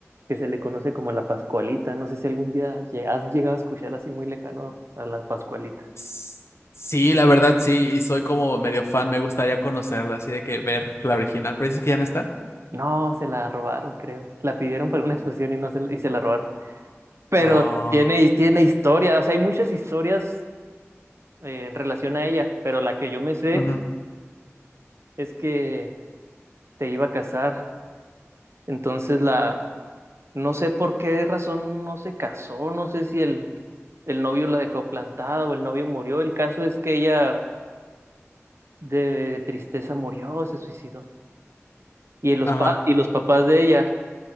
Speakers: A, on the right; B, on the left.
A: que se le conoce como la Pascualita. No sé si algún día lle- has llegado a escuchar así muy lejano a la Pascualita.
B: S- Sí, la verdad, sí. Y soy como medio fan. Me gustaría conocerla, así de que ver la original. ¿Pero dices que ya no está?
A: No, se la robaron, creo. La pidieron para
B: No.
A: una exposición y no se la, y se la robaron. Pero
B: Ah.
A: tiene, tiene historia, o sea, hay muchas historias eh, en relación a ella, pero la que yo me sé
B: Ujú,
A: es que se iba a casar. Entonces la, no sé por qué razón no se casó, no sé si el, el novio la dejó plantada o el novio murió. El caso es que ella de, de tristeza murió, se suicidó. Y los,
B: Ajá.
A: pa- y los papás de ella